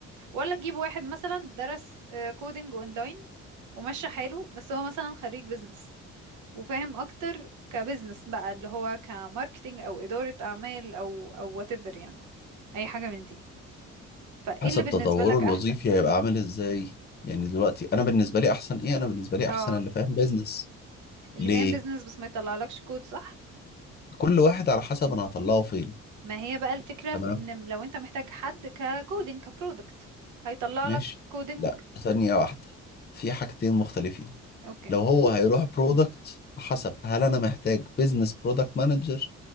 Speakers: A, on the right (about 80°); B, on the left (about 35°).
A: ولا تجيب واحد مثلا درس آه، كودينج اونلاين ومشى حاله بس هو مثلا خريج بيزنس وفاهم اكتر كبزنس بقى اللي هو كماركتينج او ادارة اعمال او او whatever يعني اي حاجه من دي فايه
B: حسب
A: اللي بالنسبه
B: تطوره
A: لك
B: الوظيفي
A: احسن
B: هيبقى عامل ازاي يعني دلوقتي انا بالنسبه لي احسن ايه انا بالنسبه لي
A: اه
B: احسن اللي فاهم بيزنس
A: اللي
B: ليه
A: فاهم بيزنس بس ما يطلعلكش كود صح
B: كل واحد على حسب انا هطلعه فين
A: ما هي بقى الفكره
B: تمام
A: في ان لو انت محتاج حد ككودينج كبرودكت هيطلع
B: ماشي
A: لك كودينج
B: لا ثانيه واحده في حاجتين مختلفين
A: اوكي
B: لو هو هيروح برودكت فحسب هل انا محتاج بيزنس برودكت مانجر